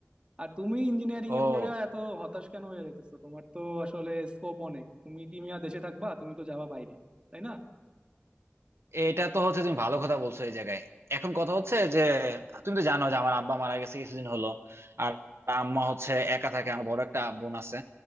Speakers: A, on the right; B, on the right.
A: আর তুমি ইঞ্জিনিয়ারিং
B: ও
A: এ পড়ে এত হতাশ কেন হয়ে যেতেছো তোমার তো আসলে স্কোপ অনেক তুমি কি মিয়া দেশে থাকবা তুমি তো যাবা বাইরে তাই না
B: এটা তো হচ্ছে তুমি ভালো কথা বলছো এই জায়গায় এখন কথা হচ্ছে যে তুমি তো জানো যে আমার আব্বা মারা গেছে কিছুদিন হলো আর আম্মা হচ্ছে একা থাকে আমার বড় একটা বোন আছে